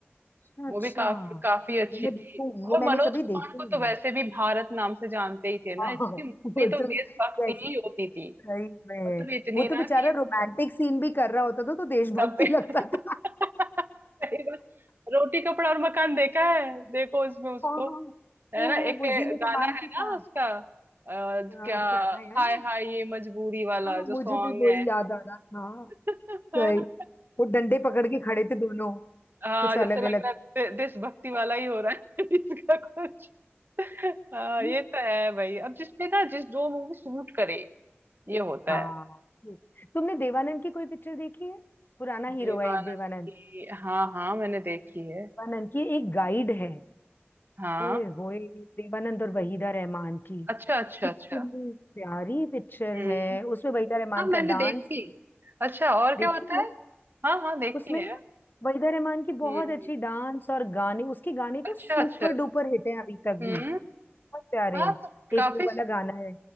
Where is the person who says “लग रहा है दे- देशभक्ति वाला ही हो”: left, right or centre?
Right